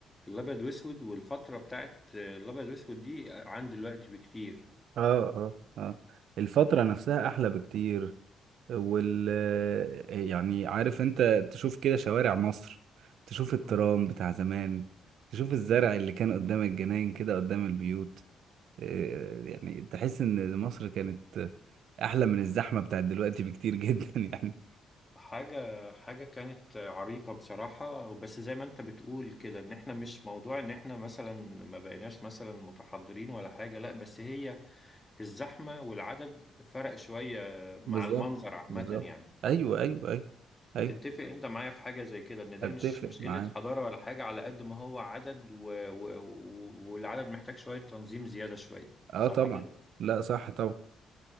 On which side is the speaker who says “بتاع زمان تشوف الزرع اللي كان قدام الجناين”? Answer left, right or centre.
Right